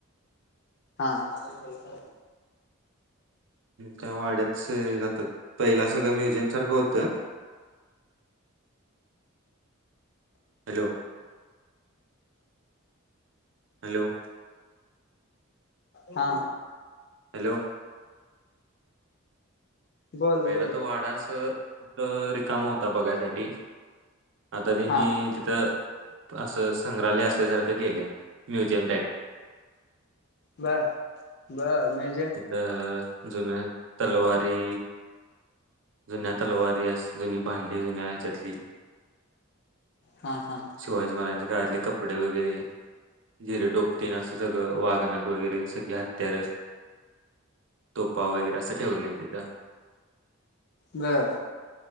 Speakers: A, on the left; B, on the right.
A: हा हा
B: त्या वाड्यात स राहतात पहिला सगळं म्युझियम सारखं होतं हॅलो हॅलो
A: हा
B: हॅलो
A: बोल
B: पहिला
A: बोल
B: तो वाडा अस रिकाम होता बघायसाठी आता तेनी
A: हा
B: तिथं असं संग्रहालय असल्यासारखं केलं म्युझियम टाईप
A: बरं बरं मी
B: तिथं जुन तलवारी जुन्या तलवारी असं जुनी भांडी जुन्या ह्याच्यातली
A: हा हा
B: शिवाजी महाराजांच्या काळतले कपडे वगैरे जिरेटोप तेन असं सगळं वाग नख वगैरे सगळी हत्यारे तोफा वगैरे असं ठेवलंय तिथं
A: बरं